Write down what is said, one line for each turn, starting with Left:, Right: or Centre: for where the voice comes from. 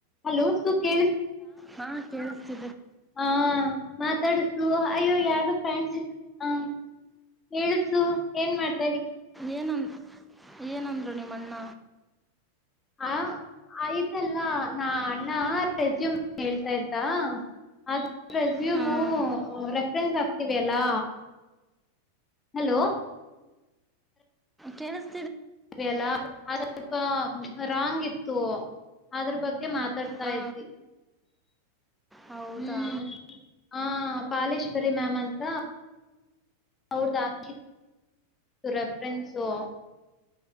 Left: Hello ಸು ಕೇಳ
Centre: ಹಾ ಕಳ್ತೀ
Left: ಹ ಮಾತಾಡತು ಸು ಅಯ್ಯೋ ಯಾರ್ದು ಪ್ಯಾಂಟ್ ಹಾ ಹೇಳ ಸು ಏನ್ ಮಾಡ್ತ
Centre: ಏನ್ ಏನಂದ್ರು ನಿಮ್ಮಣ್ಣ
Left: ಆ ಆಯತಲ್ಲ ನಾ ಅಣ್ಣ ರೆಸ್ಯೂಮ್ ಕೇಳ್ತಾದ್ದ ಇದ್ದಾ ಅದ್ ರೇಸುಮೋ
Centre: ಹ್ಮ್
Left: ರೆ ರಿಂಗ ಆಗತ್ತಿದೆ ಅಲ್ಲಾ ಹಲೋ
Centre: ಕೇಳಸ್ತಾ
Left: ಅಲ್ಲ ಸ್ವಲ್ಪ ರಾಂಗ್ ಇತ್ತು ಅದ್ರ ಬಗ್ ಅದರ ಬಗ್ಗೆ ಮಾತಾಡ್ತಾ
Centre: ಹಾ
Left: ಇದದ್ವಿ
Centre: ಹೌದಾ
Left: ಹು ಹಾ ಪಾಲೇಶ್ವರಿ ಮ್ಯಾಮ್ ಅಂತ ಅವರದು ಹಾಕಿತ್ತು ರೆಫ್ರಿನ್ಸು